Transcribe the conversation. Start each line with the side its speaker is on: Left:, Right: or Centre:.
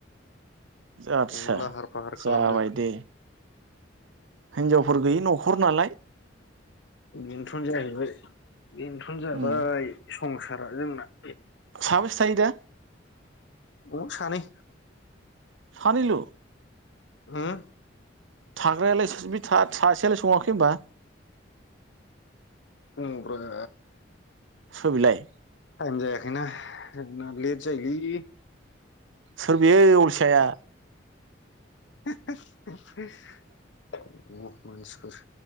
Right: आदसा
Left: संनो लाहार फाहार
Right: जाबाय
Left: खालामदों
Right: दे हिनजावफोर गैयि न'खर नालाय
Left: बेनोथ' जाहैबाय बेनोथ' जाबाय
Right: उम
Left: संसारा जोंना
Right: साबेसे थायो दा?
Left: अ सानै
Right: सानैल'
Left: उम
Right: थाग्रायालाय बे सासेयालाय सङाखै होमबा?
Left: ओं ब्रा
Right: स' बिलाय
Left: टाइम जायाखैना। जोंना लेट जायोलै।
Right: सोर बेयो अलसिया आ?
Left: <unintelligible> एकट्रिस <unintelligible> अ मानसिफोर